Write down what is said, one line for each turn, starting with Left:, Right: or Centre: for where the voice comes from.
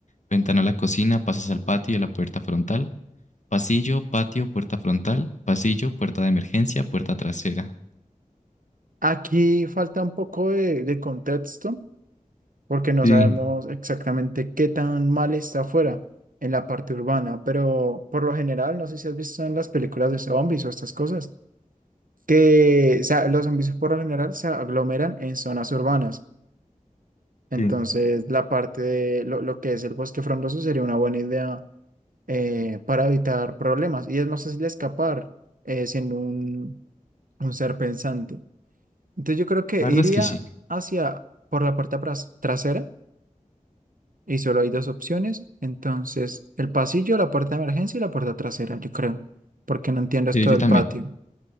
Left: Ventana a la cocina, pasas al patio y a la puerta frontal. Pasillo, patio, puerta frontal. Pasillo, puerta de emergencia, puerta trasera.
Right: Aquí falta un poco de, de contexto porque no
Left: Sí,
Right: sabemos exactamente qué tan mal está afuera en la parte urbana, pero por lo general, no sé si has visto en las películas de zombies o estas cosas. que o sea, los servicios por lo general se aglomeran en zonas urbanas. Entonces,
Left: sí.
Right: la parte de lo, lo que es el bosque frondoso sería una buena idea eh, para evitar problemas y es más fácil escapar eh, siendo un, un ser pensante. Entonces, yo creo que
Left: La verdad
Right: iría
Left: es que sí,
Right: hacia por la puerta tras- trasera y solo hay dos opciones. Entonces, el pasillo, la puerta de emergencia y la puerta trasera, yo creo, porque no entiendo esto
Left: eh, yo
Right: del
Left: también.
Right: patio.